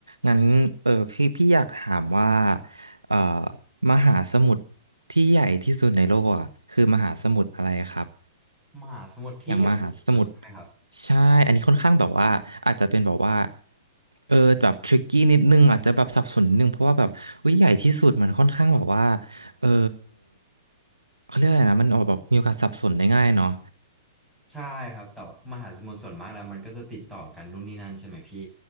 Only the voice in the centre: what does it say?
มหาสมุทรที่ใหญ่ที่สุดใช่ไหมครับ
ใช่ครับแต่ว่ามหาสมุทรส่วนมากแล้วมันก็จะติดต่อกันนู่นนี่นั่นใช่ไหมพี่